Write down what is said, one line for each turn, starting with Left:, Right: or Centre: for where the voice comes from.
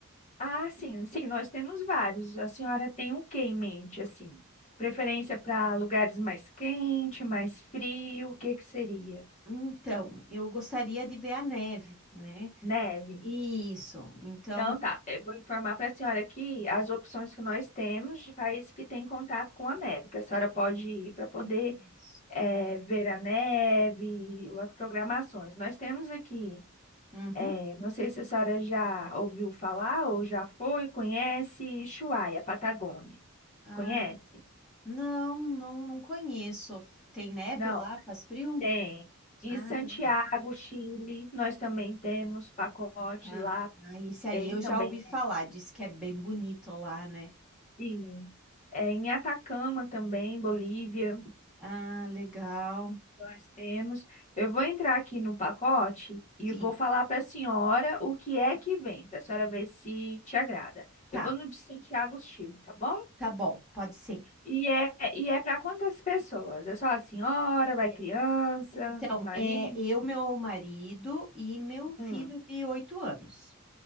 Left: Ah, sim, sim, nós temos vários. A senhora tem o que em mente, assim? Preferência para lugares mais quente, mais frio, o que que seria?
Centre: Então, eu gostaria de ver a neve, né?
Left: Neve.
Centre: Isso. Então,
Left: Então tá, eu vou informar para a senhora aqui as opções que nós temos de países que têm contato com a neve, que a senhora pode ir para poder
Centre: isso.
Left: eh, ver a neve, as programações. Nós temos aqui
Centre: Uhum.
Left: É, não sei se a senhora já ouviu falar ou já foi, conhece Ushuaia, Patagônia.
Centre: Ah,
Left: Conhece?
Centre: não, não, não conheço. Tem neve
Left: Não,
Centre: lá? Faz frio?
Left: tem. Em
Centre: Ah,
Left: Santiago,
Centre: legal.
Left: Chile, nós também temos pacote
Centre: Ah,
Left: lá,
Centre: ah, esse aí
Left: tem
Centre: eu
Left: também.
Centre: já ouvi falar, diz que é bem bonito lá, né?
Left: Sim. É, em Atacama também, Bolívia,
Centre: Ah, legal.
Left: nós temos. Eu vou entrar aqui no pacote e
Centre: Sim,
Left: vou falar para a senhora o que é que vem, para a senhora ver se te agrada.
Centre: tá,
Left: Eu vou no de Santiago, Chile, tá bom?
Centre: tá bom, pode ser.
Left: E é, e é para quantas pessoas? É só a senhora, vai
Centre: É,
Left: criança,
Centre: Então,
Left: marido?
Centre: é eu, meu marido e meu filho
Left: Hum.
Centre: de oito anos.